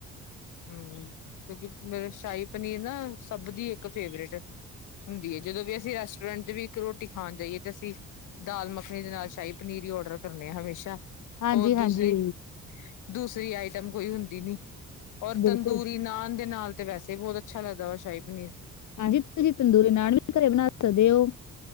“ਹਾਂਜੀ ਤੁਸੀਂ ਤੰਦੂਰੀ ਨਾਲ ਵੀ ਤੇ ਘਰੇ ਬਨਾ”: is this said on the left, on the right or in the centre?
Left